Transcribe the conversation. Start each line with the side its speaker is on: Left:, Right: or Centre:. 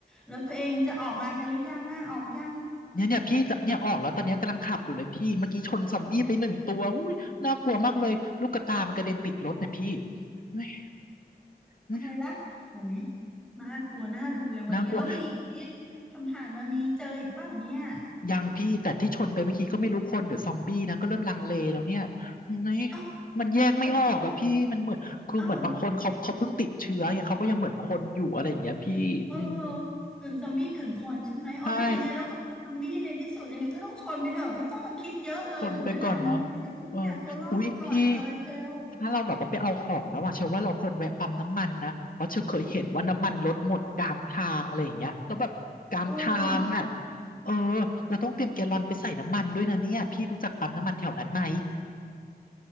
Centre: แล้วตัวเองจะออกมากันหรือยังอ่ะออกยัง
Left: เนี่ยเนี่ยพี่จะเนี่ยออกแล้วตอนเนี้ยกำลังขับอยู่เลยพี่เมื่อกี้ชนซอมบี้ไปหนึ่งตัวอุ้ยน่ากลัวมากเลยลูกกระตามันกระเด็นติดรถเนี่ยพี่เฮ้ยเฮ้ย
Centre: อะไรละอุ้ยน่ากลัวน่าดูเลยวันนี้แล้วมีอีกไหม
Left: น่ากลัว
Centre: ทำผ่านมามีเจออีกเปล่าเนี่ย
Left: ยังพี่แต่ที่ชนไปเมื่อกี้ก็ไม่รู้คนหรือซอมบี้นะก็เริ่มลังเลแล้วเนี่ยเฮ้ย
Centre: เอ้า
Left: มันแยกไม่ออกอะพี่มันเหมือนคือเหมือนบางคนเขาเขาเพิ่งติดเชื้อไงเขาก็ยังเหมือนคนอยู่อะไรอย่างเงี้ยพี่อืม
Centre: เอ้า เออกึ่งซอมบี้กึ่งคนใช่ไหมอ๋อแต่ยังไงเราก็เป็นซอมบี้ในที่สุดยังไงก็ต้องชนไปเถอะไม่ต้องมาคิดเยอะเลยถึงเวลานี้แล้ววันนี้เอาตัวรอดไปก่อนเลยเชล
Left: ใช่ ทนไปก่อนเนาะเอออุ๊ยพี่ ถ้าเราแบบว่าไปเอาของแล้วอะเชื่อว่าเราควรแวะปั๊มน้ำมันนะเพราะเชื่อเคยเห็นว่าน้ำมันลดหมดกลางทางอะไรอย่างเงี้ยแล้วแบบกลางทางอ่ะ
Centre: เออ
Left: เออเราต้องเตรียมแกลลอนไปใส่น้ำมันด้วยนะเนี่ยพี่รู้จักปั๊มน้ำมันแถวนั้นไหม
Centre: แล้ว